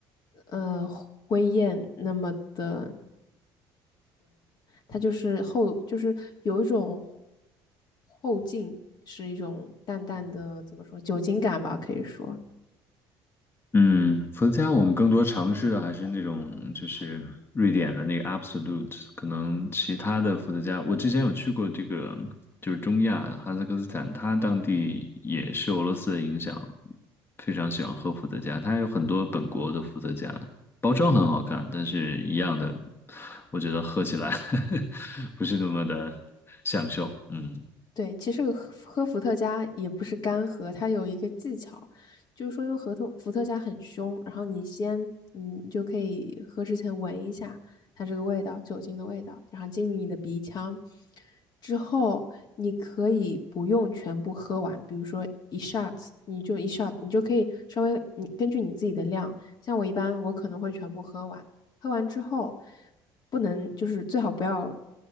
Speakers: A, on the left (about 50°); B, on the left (about 25°).
A: 呃灰雁那么的，它就是后就是有一种后劲，是一种淡淡的怎么说酒精感吧，可以说。
B: 嗯，伏特加我们更多尝试的还是那种就是瑞典的那个 Absolut，e 可能其他的伏特加，我之前有去过这个就是中亚哈萨克斯坦，它当地也是俄罗斯的影响，非常喜欢喝伏特加，它有很多本国的伏特加，包装很好看，但是一样的，我觉得喝起来 <laughs> 不是那么的享受，嗯。
A: 对，其实喝喝伏特加也不是干喝，它有一个技巧，就是说因为核桃伏特加很凶，然后你先你就可以喝之前闻一下它这个味道，酒精的味道，然后进入你的鼻腔之后，你可以不用全部喝完，比如说一 shot，你就一 shot，你就可以稍微你根据你自己的量，像我一般我可能会全部喝完，喝完之后不能就是最好不要